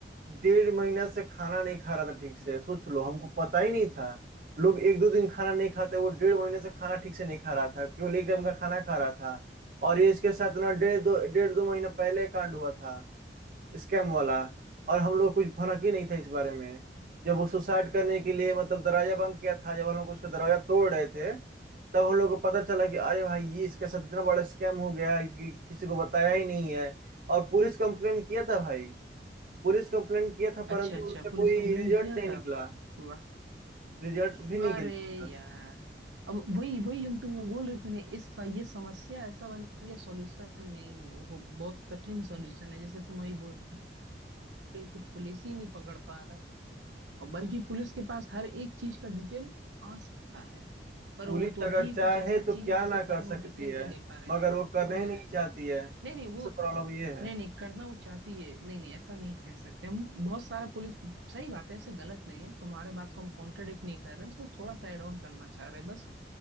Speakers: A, on the right (about 50°); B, on the right (about 80°).
A: डेढ़ महीना से खाना नहीं खा रहा था ठीक से सोच लो हमको पता ही नहीं था लोग एक दो दिन खाना नहीं खाते वो डेढ़ महीने से खाना ठीक से नहीं खा रहा था केवल एक टाइम का खाना खा रहा था और ये इसके साथ ना डेढ़ दो डेढ़ दो महीना पहले कांड हुआ था स्कैम वाला और हम लोग कुछ भनक ही नहीं था इस बारे में जब वो सुसाइड करने के लिए मतलब दरवाजा बंद किया था जब हम लोग उसका दरवाजा तोड़ रहे थे तब हम लोग को पता चला कि अरे भाई ये इसके साथ इतना बड़ा स्कैम हो गया कि किसी को बताया ही नहीं है और पुलिस कंप्लेंट किया था भाई पुलिस कंप्लेंट किया था परंतु
B: अच्छा अच्छा
A: उसका
B: पुलिस
A: कोई
B: कंप्लेन
A: रिजल्ट
B: किया
A: नहीं
B: था
A: निकला
B: वाह
A: रिजल्ट भी नहीं
B: अरे
A: निकला
B: यार अब वही वही हम तुमको बोल रहे थे ना इस ये समस्या ऐसा बन गया सॉल्यूशन नहीं है, वो बहुत कठिन सॉल्यूशन है जैसे तुम अभी बोल रहे कि पुलिस ही नहीं पकड़ पा रहा और बल्कि पुलिस के पास हर एक चीज का डिटेल आ सकता है पर
A: पुलिस
B: वो तो
A: अगर
B: भी
A: चाहे
B: कुछ ऐसा चीज
A: तो क्या
B: है जिसके
A: ना
B: कारण
A: कर सकती
B: वो डिटेल
A: है
B: नहीं ले पा रहे
A: मगर
B: हैं
A: वो
B: हम
A: करना
B: समझ
A: ही नहीं
B: रहे हैं
A: चाहती है सबसे
B: नहीं नहीं वो
A: प्रॉब्लम ये है
B: नहीं नहीं करना वो चाहती है नहीं नहीं ऐसा नहीं कह सकते हम बहुत सारा पुलिस सही बात है ऐसे गलत नहीं है तुम्हारे बात को हम कॉन्ट्रडिक्ट नहीं कर रहे हैं इसमें थोड़ा सा एड ऑन करना चाह रहे हैं बस